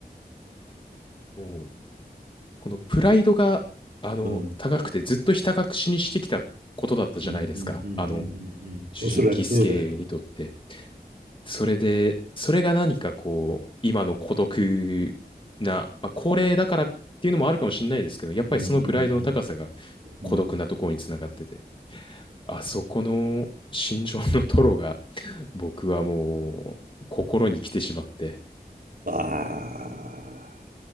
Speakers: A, on the left; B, on the right.
A: もう、このプライドが、
B: <laughs>、
A: あの、
B: うんうん
A: 高くてずっとひた隠しにしてきたことだったじゃないですか。
B: うんうんうんうんうんおそらくそうだよ。
A: あの、主人、キスケにとって。それで、それが何かこう、今の孤独な、まあ、高齢だからっていうのもあるかもしれないですけど、やっぱりそのプライドの高さが
B: うんうんうんうん
A: 孤独なところにつながってて、あそこの心情のトロが、僕はもう、心に来てしまって、
B: ああ、